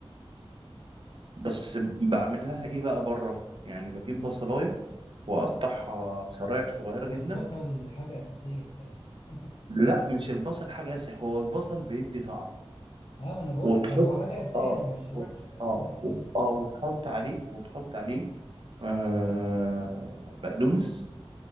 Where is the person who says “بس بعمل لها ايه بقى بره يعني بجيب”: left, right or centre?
Right